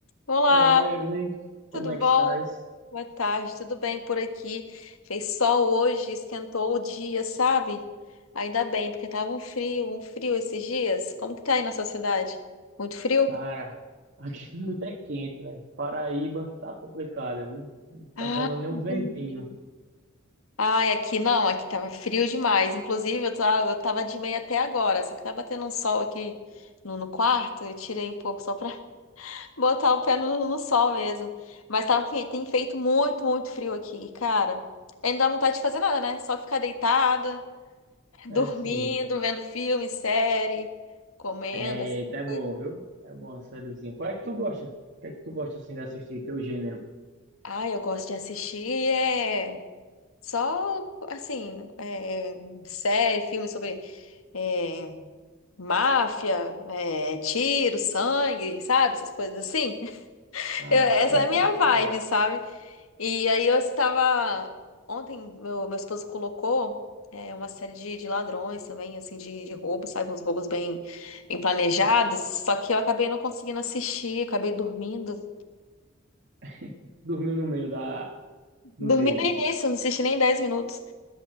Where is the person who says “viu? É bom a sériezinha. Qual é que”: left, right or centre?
Right